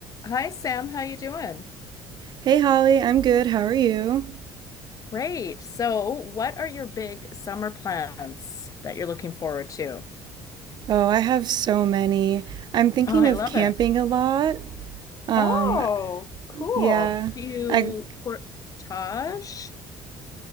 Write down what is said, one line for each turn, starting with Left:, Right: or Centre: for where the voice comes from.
Left: Hi Sam, how you doing?
Right: Hey, Holly, I'm good. How are you?
Left: Great. So, what are your big summer plans that you're looking forward to?
Right: Oh, I have so many. I'm thinking
Left: Oh, I
Right: of
Left: love
Right: camping
Left: it.
Right: a lot. Um,
Left: Oh, cool.
Right: yeah.
Left: Do you
Right: I,
Left: portage?